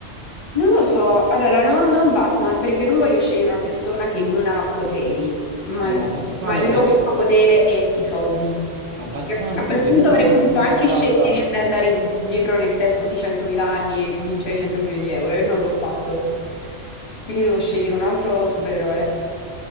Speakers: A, on the left (about 45°); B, on the right (about 65°).
A: Non lo so, allora no, non Batman, perché non voglio scegliere una persona che non ha poteri, ma
B: Uh,
A: il,
B: ma Batman
A: ma il
B: non
A: loro
B: è che...
A: unico potere è i soldi.
B: Ma
A: Perché
B: Batman,
A: A quel
B: ma hai
A: punto
B: capito
A: avrei
B: Batman
A: potuto
B: 80
A: anche scegliere
B: ora?
A: di andare indietro nel tempo di 100.000 anni e vincere 100 milioni di euro, e non l'ho fatto. Quindi devo scegliere un altro supereroe